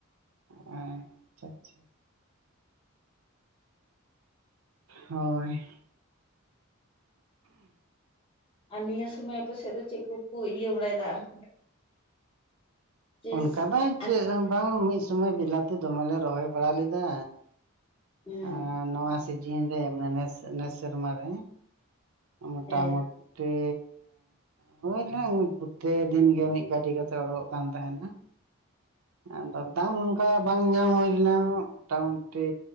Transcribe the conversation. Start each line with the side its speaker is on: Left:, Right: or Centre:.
Right: ᱦᱮᱸ ᱟᱪᱪᱷᱟ ᱟᱪᱪᱷᱟ᱾ ᱦᱳᱭ᱾
Left: ᱟᱨ ᱱᱤᱭᱟᱹ ᱥᱚᱢᱚᱭ ᱟᱯᱮ ᱥᱮᱫ ᱫᱚ ᱪᱮᱫ ᱠᱚᱠᱚ ᱤᱭᱟᱹ ᱵᱟᱲᱟᱭᱮᱫᱟ ᱟᱨᱦᱚᱸ? ᱪᱮᱥ
Right: ᱚᱱᱠᱟ ᱫᱚ ᱪᱮᱫ
Left: ᱟᱪ
Right: ᱦᱚᱸ ᱵᱟᱝ ᱢᱤᱫ ᱥᱩᱢᱚᱭ ᱵᱮᱞᱟᱛᱤ ᱫᱚᱢᱮᱞᱮ ᱨᱚᱦᱚᱭ ᱵᱟᱲᱟ ᱞᱮᱫᱟ᱾
Left: ᱦᱩᱸ
Right: ᱟᱨ ᱱᱚᱣᱟ ᱥᱤᱡᱤᱱ ᱨᱮ ᱢᱟᱱᱮ ᱱᱮᱥ ᱱᱮᱥ ᱥᱮᱨᱢᱟ ᱨᱮ᱾ ᱢᱚᱴᱟᱢᱚᱴ
Left: ᱦᱮᱸ
Right: ᱢᱤ ᱦᱩᱭᱮᱱᱟ ᱯᱩᱛᱮ ᱫᱤᱱ ᱜᱮ ᱢᱤᱫ ᱜᱟᱹᱰᱤ ᱠᱟᱛᱮ ᱚᱰᱩᱠᱚᱜ ᱠᱟᱱ ᱛᱟᱦᱮᱱᱟ᱾ ᱟᱫᱚ ᱫᱟᱢ ᱚᱱᱠᱟ ᱵᱟᱝ ᱧᱟᱢ ᱦᱩᱭ ᱞᱮᱱᱟ ᱢᱚᱴᱟᱢᱩᱴᱤᱼᱼ